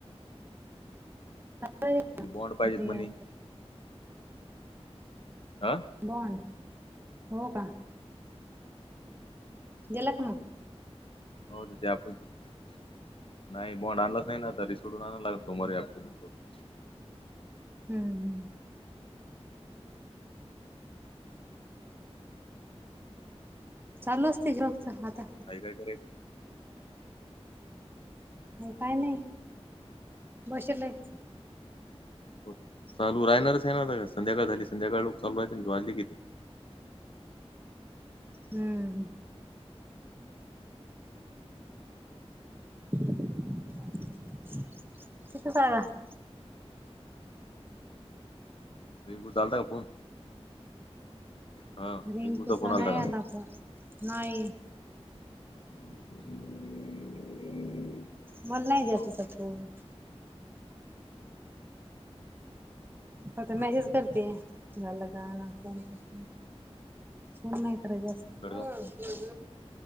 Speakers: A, on the right; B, on the left.
A: <unintelligible>
B: ती बॉड पाहिजेत
A: इथे
B: म्हणी.
A: या
B: आं
A: बॉन्ड हो का? देला का म?
B: हो ते तर. <unintelligible> नाय बॉंड आणलाच नाय ना तरी सोडून आणावं लागल सोमवारी. <unintelligible>
A: हम्म. चालू असते झेरॉक्सचा आता.
B: आई काय करेल?
A: आणि काय नाही, बसेलोयच.
B: हो चालू रहाणाऱ्यच हाय ना आता संध्याकाळ झाली संध्याकाळ लोकं चालू राहतील वाजले किती.
A: हम्म. <unintelligible>
B: रिंकूचा आलता का फोन? हा
A: रिंकुचा
B: रिंकूचा फोन आलता
A: नाय
B: का
A: आला फोन नाय.
B: <inaudible>
A: मला नाय जास्त.
B: हो
A: <unintelligible>
B: का
A: अ ते
B: बरं
A: मेसेज करत्या. झालं का ना असं तसं फोन नाय करयं जास्त.
B: खडगाव
A: हम्म